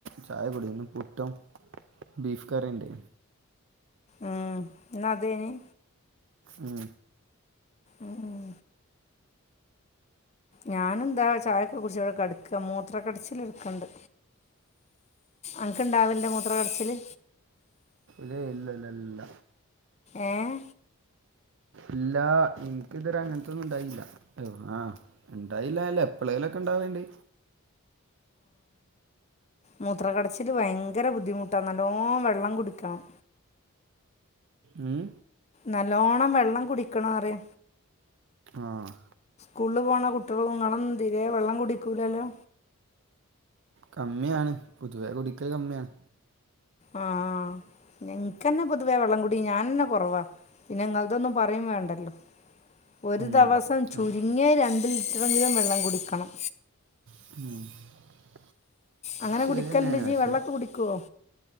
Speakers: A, on the right; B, on the left.
A: ചായക്കെ കുടിച്. ഇന്ന് പുട്ടും ബീഫ് കറീം ഇണ്ട്.
B: ഉം ഇന്ന് അതേനി?
A: ഉം
B: ഉം ഉം ഞാന് ന്താ ചായൊക്കെ കുടിച്ച് ഇവടെ കെടക്കാ. മൂത്ര കടിച്ചില് ഇട്ക്ണ്ട്. അൻക്ക് ഇണ്ടാവൽണ്ടോ മൂത്ര കടച്ചില്?
A: ലേ ഇല്ല ല്ല ല്ല.
B: ഏഹ്?
A: ഇല്ലാ. ഇൻക്ക്തരെ അങ്ങൻത്തൊന്നും ഇണ്ടായില്ല. ആഹ് ഇണ്ടായില്ല അല്ല എപ്പളേലൊക്കെ ഇണ്ടാവൽ ണ്ട്.
B: മൂത്ര കടച്ചില് ഭയങ്കര ബുദ്ധിമുട്ടാ നല്ലോം വെള്ളം കുടിക്കണം.
A: ഊം?
B: നല്ലോണ്ണം വെള്ളം കുടിക്കണാറ്യ.
A: ആഹ്
B: സ്കൂളിൽ പോണ കുട്ടിയേൾ ങ്ങളൊന്നും തീരേ വെള്ളം കുടിക്കൂലല്ലോ.
A: കമ്മിയാണ്. പൊതുവെ കുടിക്കൽ കമ്മിയാണ്.
B: ആഹ് ആഹ്. ഇൻക്കെന്നെ പൊതുവേ വെള്ളംകുടി ഞാനന്നെ കുറവാ. പിന്നെ ഇങ്ങൾതൊന്നും പറ്യും വേണ്ടല്ലോ. ഒരു
A: ഉം
B: ദിവസം ചുരുങ്ങിയെ
A: ആ
B: രണ്ട് ലിറ്ററെങ്കിലും വെള്ളം കുടിക്കണം.
A: <inaudible>
B: അങ്ങനെ
A: ശരി
B: കുടിക്കൽൻ്റൊ
A: തന്നെയാണ്
B: ഇജ്ജി
A: പക്ഷേ
B: വെള്ളൊക്കെ കുടിക്കോ?